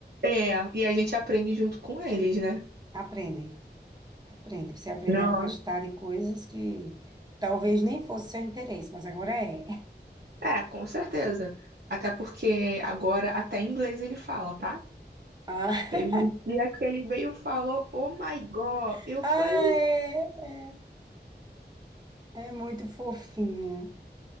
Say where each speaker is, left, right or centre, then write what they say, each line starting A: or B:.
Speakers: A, on the right; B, on the right.
A: É, e a gente aprende junto com eles, né?
B: Aprendem. Aprende, você aprende
A: Não.
B: a gostar de coisas que talvez nem fosse seu interesse, mas agora é.
A: É, é, com certeza. Até porque agora até inglês ele fala, tá?
B: Ah,
A: Teve um dia que ele veio e falou, Oh my God.
B: <laughs>
A: Eu
B: ah,
A: falei,
B: é, é, é muito fofinha.